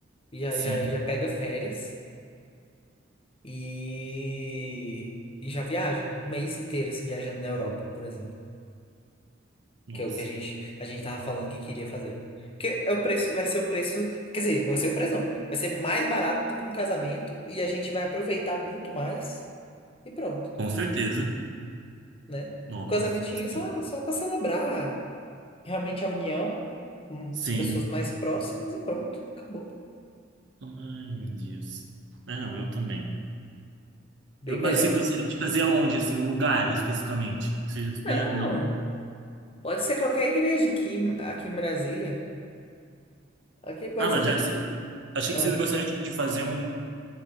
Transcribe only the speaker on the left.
e já,
já, já pega férias e. E já viaja. Um mês inteiro, assim, viajando na Europa, por exemplo.
Que é o que a gente, a gente tava falando que queria fazer. Porque é o preço, vai ser o preço. Quer dizer, vai ser o preço não. Vai ser mais barato do que um casamento. E a gente vai aproveitar muito mais. E pronto,
né?
casamentinho
é só, só para celebrar realmente a união com
as pessoas mais próximas e pronto. Acabou.
Bem
melhor.
Não,
pode ser qualquer igreja aqui, aqui em Brasília. Aqui pode
ser.
Aqui.
ó.